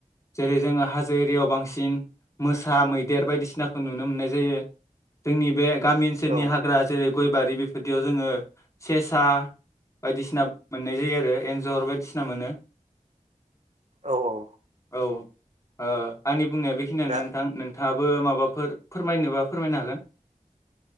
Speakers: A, on the left; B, on the right.
A: जेरै जोङो हाजो एरियाव बांसिन मोसा, मैदेर बायदिसिनाखौ नुनो मोननाय जायो। जोंनि बे गामि ओनसोलनि
B: औ
A: हाग्रा जेरै गयबारि बेफोरदियाव जोङो सेसा बायदिसिना मोननाय जायो आरो एन्जर बायदिसिना मोनो।
B: औ - औ।
A: औ ओं आंनि बुंनाया बेखिनियानो
B: दा
A: नोंथां। नोंथाङाबो माबाफोर फोरमायनोबा फोरमायनो हागोन।